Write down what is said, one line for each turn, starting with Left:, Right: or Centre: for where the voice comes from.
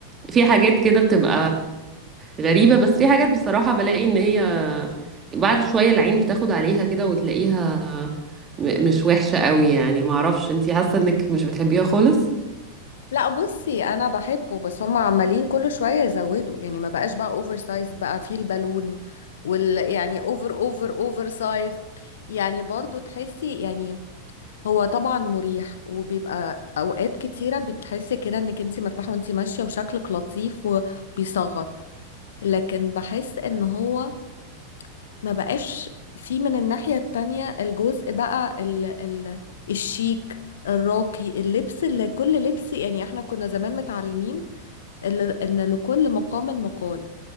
Right: في حاجات كده بتبقى غريبة بس في حاجات بصراحة بلاقي ان هي بعد شوية العين بتاخد عليها كده وتلاقيها م- مش وحشة قوي يعني معرفش انتي حاسة انك مش بتحبيها خالص
Left: لا بصي انا بحبه بس هم عمالين كل شوية يزودوا يعني ما بقاش بقى اوفر سايز بقى فيه البالون وال يعني اوفر اوفر اوفر سايز يعني برضو تحسي يعني هو طبعا مريح وبيبقى اوقات كتيره بتحسي كده انك انت مرتاحه وانت ماشيه وشكلك لطيف وبيصغر لكن بحس ان هو ما بقاش في من الناحيه التانية الجزء بقى ال ال الشيك الراقي اللبس اللي كل لبس يعني احنا كنا زمان متعلمين ال- إن لكل مقام مقال